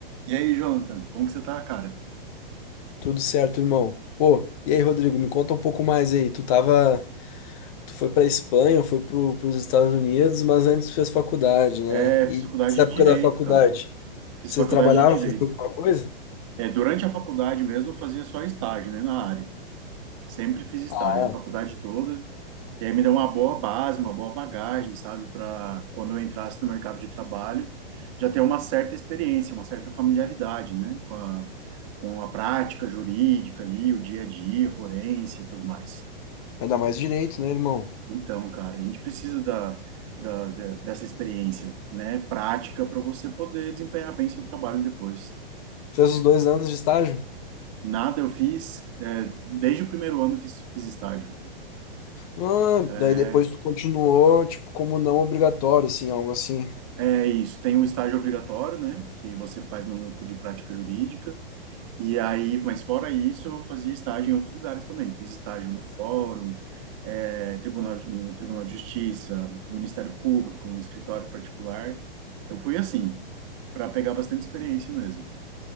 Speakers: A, on the right (about 35°); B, on the left (about 40°).
A: E aí, Jonathan, como que você tá, cara?
B: Tudo certo, irmão. Pô, e aí, Rodrigo, me conta um pouco mais aí. Tu tava, tu foi pra Espanha, foi pro, pros Estados Unidos, mas antes tu fez faculdade, né?
A: É,
B: E
A: fiz faculdade
B: nessa
A: de
B: época
A: Direito,
B: da faculdade,
A: cara. Fiz
B: você
A: faculdade
B: trabalhava,
A: de Direito.
B: fez alguma coisa?
A: É, durante a faculdade mesmo eu fazia só estágio, né, na área. Sempre fiz estágio,
B: Ah,
A: a faculdade toda. E aí me deu uma boa base, uma boa bagagem, sabe, para quando eu entrasse no mercado de trabalho, já ter uma certa experiência, uma certa familiaridade, né, com a, com a prática jurídica ali, o dia a dia, forense e tudo mais.
B: vai dar mais direito, né, irmão?
A: Então, cara, a gente precisa da, da, da- dessa experiência, né, prática para você poder desempenhar bem seu trabalho depois.
B: Fez os dois anos de estágio?
A: Nada eu fiz, é, desde o primeiro ano eu fiz, fiz estágio.
B: Ah,
A: É,
B: daí depois tu continuou, tipo, como não obrigatório, assim, algo assim.
A: é isso, tem o estágio obrigatório, né, que você faz no núcleo de prática jurídica. E aí, mas fora isso, eu fazia estágio em outros lugares também. Fiz estágio no Fórum, eh, Tribunal, no Tribunal de Justiça, Ministério Público, no escritório particular. Eu fui assim, para pegar bastante experiência mesmo.